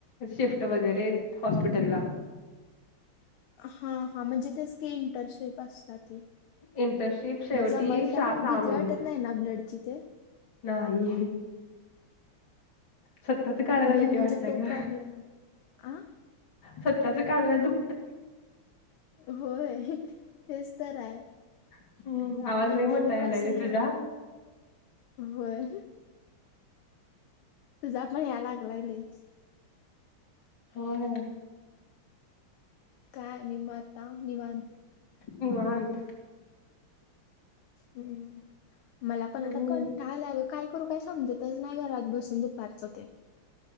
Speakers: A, on the left; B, on the left.
A: शिफ्ट वगैरे हॉस्पिटल ला.
B: हा हा म्हणजे त्या इंटरशिप असतात.
A: इंटर्नशिप शेवटी
B: मग जमल काय
A: सहा सहा
B: भीती
A: महिने
B: वाटत नाही ना ब्लडची. ते
A: नाही. स्वतच काढायला
B: मेन
A: भीती
B: म्हणजे
A: वाटतय
B: तो
A: ग.
B: प्रॉब्लेम आहे आ
A: त्यांच काढयला दुः
B: होय तेच तर आहे.
A: हम्म आवाज
B: नंतर
A: लय मोठा
B: ना
A: यायलाय
B: कस
A: ग
B: घऊन
A: तुझा
B: होय तुझा पण या लागलाय लईच-
A: होय
B: काय आणि मग. निवांत.
A: निवांत
B: हम्म मला पण
A: हम्म
B: आता कनटाला आला ग. काय करू काय समजतच नाही घरात बसून दुपारचं ते.